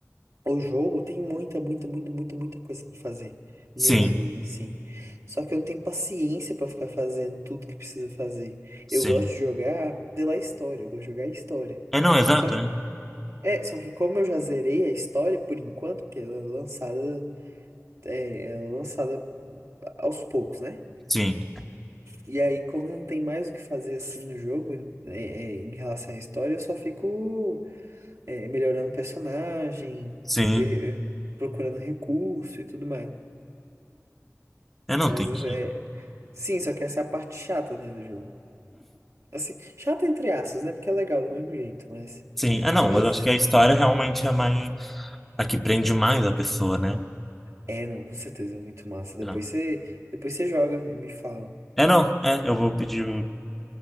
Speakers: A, on the right (about 65°); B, in the centre.
A: O jogo tem muita, muita, muita, muita, muita coisa pra fazer no
B: Sim,
A: jogo em si. Só que eu não tenho paciência pra ficar fazendo tudo que precisa fazer.
B: sim.
A: Eu gosto de jogar pela história, eu gosto de jogar a história.
B: É, não, exato,
A: Só que,
B: né?
A: é, só que como eu já zerei a história por enquanto, porque ela é lançada, é, ela é lançada aos poucos, né?
B: Sim,
A: E aí, como não tem mais o que fazer assim no jogo, é, é, em relação à história, eu só fico é, melhorando o personagem,
B: sim.
A: per- procurando recurso e tudo mais.
B: É, não,
A: Mas
B: tem que.
A: é. Sim, só que essa é a parte chata, né, do jogo. Assim, chata entre aspas, né? Porque é legal do mesmo jeito, mas.
B: Sim, é, não,
A: Mas.
B: mas eu acho que a história realmente é mais. A que prende mais a pessoa, né?
A: É, não, com certeza, é muito massa. Depois
B: É, Não.
A: você, depois você joga e me fala.
B: É, não, é, eu vou pedir o,